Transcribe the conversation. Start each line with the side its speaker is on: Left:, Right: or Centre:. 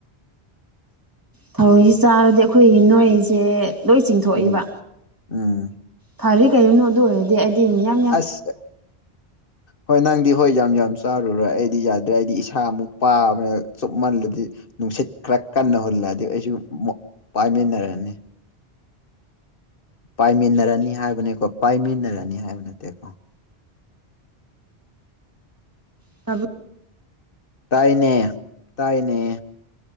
Right: ꯊꯔꯣꯏꯁꯤ ꯆꯥꯔꯗꯤ ꯑꯩꯈꯣꯏꯒꯤ ꯅꯣꯏꯔꯤꯁꯦ ꯂꯣꯏ ꯆꯤꯡꯊꯣꯛꯏꯕ
Left: ꯎꯝ ꯎꯝ
Right: ꯐꯔ‌ꯦ ꯀꯔꯤꯅꯣ ꯑꯗꯨ ꯑꯣꯏꯔꯗꯤ ꯑꯩꯗꯤ ꯃꯌꯝ
Left: ꯑꯁ ꯍꯣꯏ ꯅꯪꯗꯤ ꯍꯣꯏ ꯌꯥꯝ ꯌꯥꯝ ꯆꯥꯔꯨꯔꯣ ꯑꯩꯗꯤ ꯌꯥꯗ꯭ꯔꯦ ꯑꯩꯗꯤ ꯏꯁꯥ ꯑꯃꯨꯛ ꯄꯥꯕꯅꯦ ꯆꯨꯞꯃꯜꯂꯗꯤ ꯅꯨꯡꯁꯤꯠ ꯈꯔ ꯀꯟꯅ ꯍꯨꯜꯂꯛꯑꯗꯤ ꯑꯩꯁꯨ ꯃꯣ ꯄꯥꯢꯃꯤꯟꯅꯔꯅꯤ꯫ ꯄꯥꯏꯃꯤꯟꯅꯔꯅꯤ ꯍꯥꯏꯕꯅꯤꯀꯣ ꯄꯥꯏꯃꯤꯟꯅꯔꯅꯤ ꯍꯥꯏꯕ ꯅꯠꯇꯦꯀꯣ
Right: <inaudible>
Left: ꯇꯥꯏꯅꯦ-ꯇꯥꯏꯅꯦ